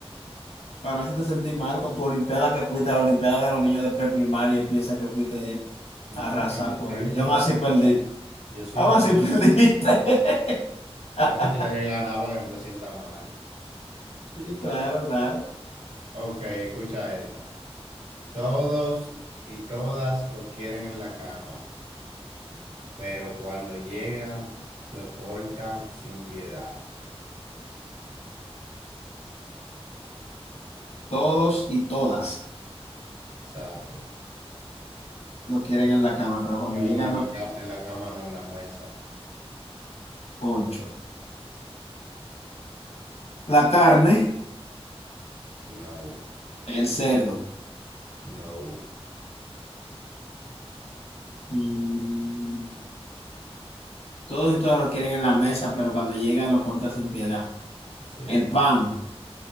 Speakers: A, on the left (about 80°); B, on the right (about 85°).
A: Para no hacerte sentir mal con tu olimpiada que fuiste a la olimpiada de los niños de preprimaria y piensas que fuiste
B: no,
A: a arrasar
B: que yo
A: por
B: soy
A: ahí.
B: un
A: Y aún
B: mal,
A: así perdiste.
B: yo soy
A: Aún
B: un
A: así
B: mal.
A: <laughs> perdiste. <laughs>
B: No, yo te dejé ganar para que no te sientas mal.
A: Sí, claro, claro.
B: Ok, escucha esta. Todos y todas lo quieren en la cama, pero cuando llegan, lo cortan sin piedad.
A: Todos y todas
B: Exacto.
A: lo quieren en la cama, pero cuando
B: No,
A: llegan
B: no, en
A: los
B: la cama, en la cama, no en la mesa.
A: ponchos, la carne,
B: No,
A: el cerdo.
B: no,
A: Mm, todos y todas lo quieren en la mesa, pero cuando llega lo corta sin piedad.
B: sí,
A: El pan,